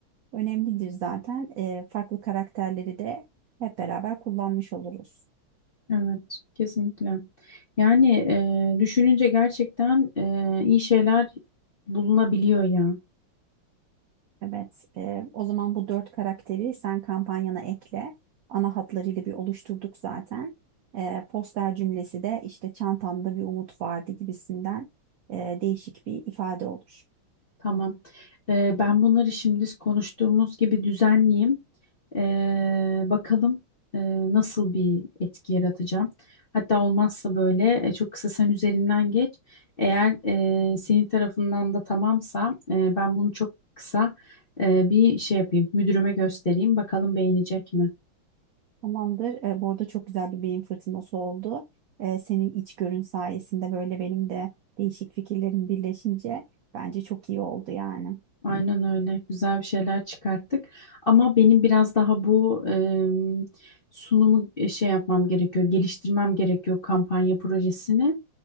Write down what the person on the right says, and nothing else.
önemlidir zaten. Ee, farklı karakterleri de hep beraber kullanmış oluruz.
Evet, e, o zaman bu dört karakteri sen kampanyana ekle. Ana hatlarıyla bir oluşturduk zaten. Ee, poster cümlesi de işte çantamda bir umut vardı gibisinden e, değişik bir ifade olur.
Tamamdır. Ee, bu arada çok güzel bir beyin fırtınası oldu. Ee, senin içgörün sayesinde böyle benim de değişik fikirlerim birleşince bence çok iyi oldu yani.